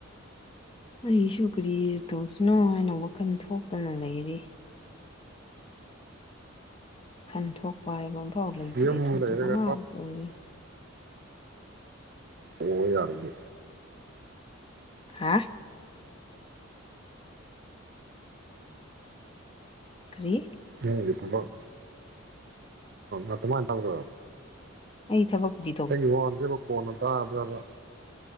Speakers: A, on the left; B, on the right.
A: ꯑꯩꯁꯨ ꯀꯔꯤ ꯇꯧꯁꯤꯅꯣ ꯍꯥꯏꯅ ꯋꯥꯈꯜ ꯊꯣꯛꯇꯅ ꯂꯩꯔꯤ ꯈꯟ ꯊꯣꯛꯄ ꯍꯥꯏꯕ ꯑꯃꯐꯥꯎ ꯂꯩꯇ꯭ꯔꯦ
B: ꯌꯨꯝ
A: ꯊꯣꯛꯇꯕꯄ
B: ꯂꯩꯔꯒ
A: ꯉꯥꯛꯇ ꯑꯣꯏꯔꯦ
B: ꯑꯣ ꯌꯥꯔꯒ
A: ꯍꯥ ꯀ꯭ꯔꯤ
B: ꯀ꯭ꯔꯤꯒꯤ ꯊꯥꯕꯛ ꯑꯗꯨꯃꯅ ꯇꯝ꯭ꯔꯣ
A: ꯑꯩ ꯊꯕꯛꯗꯤ
B: ꯑꯩꯒꯤ ꯍꯣꯟꯁꯤꯦꯕ ꯀꯣꯟꯅ ꯇꯥꯗ꯭ꯔꯕ